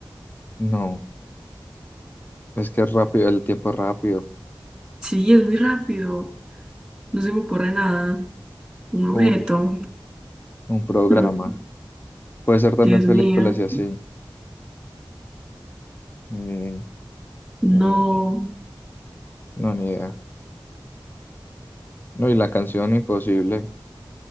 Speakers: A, on the left; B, in the centre.
A: No, es que es rápido, el tiempo es rápido.
B: sí, es muy rápido. No se me ocurre nada. Un objeto.
A: Uy, un programa.
B: Mm,
A: Puede ser también
B: Dios mío.
A: películas y así. Mm,
B: No.
A: mm, no, ni idea. No, y la canción imposible.